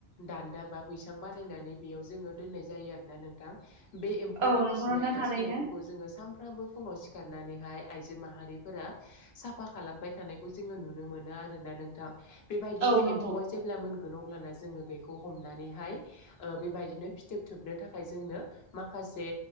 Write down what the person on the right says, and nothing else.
औ नंगौ
नोंथां
थारैनो
औ नंगौ